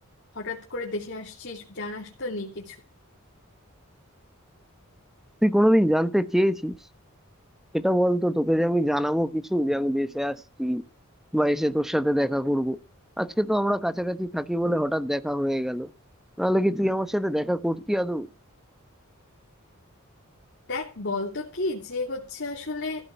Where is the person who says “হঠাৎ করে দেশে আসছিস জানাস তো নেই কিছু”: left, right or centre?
Left